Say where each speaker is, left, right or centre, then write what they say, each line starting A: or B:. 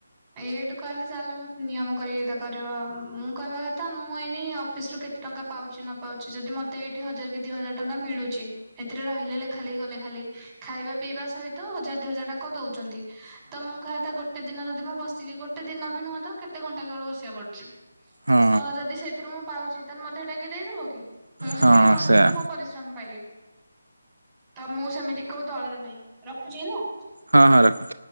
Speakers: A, on the right (about 20°); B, on the right (about 80°).
A: ଏଇଏଇଠୁ କହିଲେ ଚାଲଲେ ମତେ ନିୟମ କରିକି ଏଇଟା କରିବ ମୁଁ କହିବା କଥା ମୁଁ ଏଇନି ଅଫିସ ରୁ କେତେ ଟଙ୍କା ପାଉଚି ନ ପାଉଛି ଯଦି ମତେ ଏଇଠି ହଜାର କି ଦି ହଜାର ଟଙ୍କା ମିଳୁ ଛି ସେଥିରେ ରହିଲେ ଲେଖା ଲେଖି କଲେ ଖାଲି ଖାଇବା ପିଇବା ସହିତ ହଜାର ଦି ହଜାର ଟଙ୍କା ଦଉଚନ୍ତି। ତ ମୁଁ କହିବା କଥା ଗୋଟେ ଦିନ ଯଦି ମୁଁ ବସିକି ଗୋଟେ ଦିନ ବି ନୁହଁ ତ କେତେ ଘଣ୍ଟା କେବଳ ବସିବା ପଡୁଚି।
B: ହଁ
A: ତ ଯଦି ସେଥିରୁ ମୁଁ ପାଉଚି ତାହେଲେ ମତେ ହେଇଟା କିଏ ଦେଇଦବ କି? ମୁଁ ସେତିକି
B: ହଁ
A: କଲି
B: ସେଇଆ
A: ମୁଁ ମୋ ପରିଶ୍ରମ ପାଇଲି। ତ ମୁଁ ସେମିତି କଉ ଦଳରେ ନାଇଁ ରଖୁଚି ହେଲା।
B: ହଁ ହଁ ରଖ।